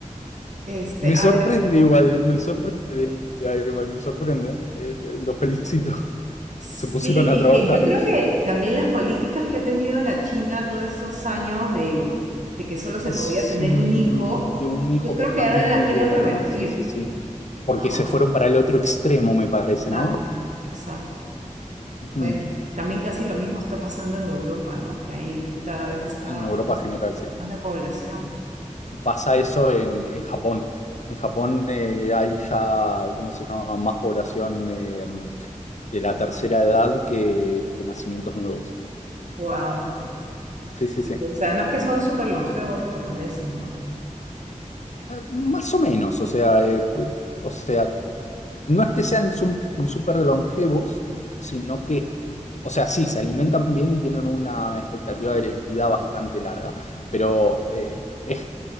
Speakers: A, on the right; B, on the left.
A: Este,
B: Me
A: a
B: sorprende igual, me sorprende del día, igual, me sorprende. eh, lo- los felicito, <laughs>
A: Sí,
B: se pusieron a
A: es
B: trabajar.
A: que yo creo que también las políticas que ha tenido la China todos estos años de, de que solo se
B: Así,
A: podía tener un hijo,
B: de un hijo
A: yo creo
B: por familia
A: que ahora la quieren
B: y demás,
A: revertir,
B: sí, sí, sí. Porque
A: ¿no?
B: se fueron para el otro extremo, me parece,
A: Exacto,
B: ¿no?
A: exacto.
B: Ujú.
A: Bueno, también casi lo mismo está pasando en Europa, ¿no? Que ahí cada vez está
B: En Europa
A: bajando
B: en general, sí.
A: más la población.
B: Pasa eso en, en Japón. En Japón eh, hay ya, ¿cómo se llama? Más población eh, de la tercera edad que, que nacimientos nuevos.
A: Wow.
B: Sí, sí,
A: Y
B: sí.
A: pues además que son súper longevos los japoneses, ¿no?
B: Eh, Más o menos, o sea, eh, t- t- o sea, No es que sean sum- súper longevos, sino que, o sea, sí, se alimentan bien y tienen una expectativa de vida bastante larga, pero eh, es,